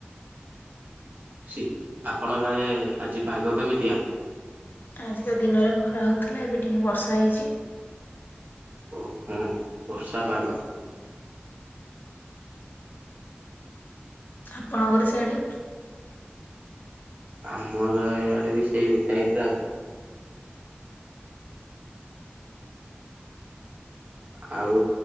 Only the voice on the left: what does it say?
ଆଜି ତ ଦିନରେ ଖରା ହଉଥିଲା ଏବେ ଟିକେ ବର୍ଷା ହେଇଛି।
ଆପଣଙ୍କର ସେଆଡେ।